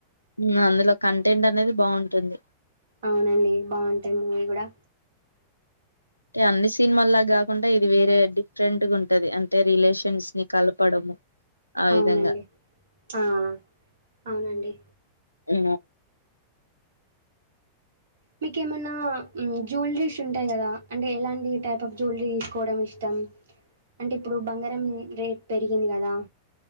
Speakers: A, on the left; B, on the right.
A: హు అందులో కంటెంట్ అనేది బాగుంటుంది
B: అవునండి బాగుంటాయి మూవీ కూడా
A: అంటే అన్ని ససినిమాల్ల కాకుండా ఇది వేరే డిఫరెంట్గా ఉంటది అంటే రిలేషన్స్ ని కలపడము ఆ
B: అవునండి
A: విధంగా
B: ఆ అవునండి
A: అ
B: మీకేమన్నా జ్యువలరీస్ ఉంటాయి. కదా అంటే ఎలాంటి టైప్ ఆఫ్ జ్యువెలరీ తీసుకోవడం ఇష్టం, అంటే ఇప్పుడు బంగారం రేట్ పెరిగింది కదా.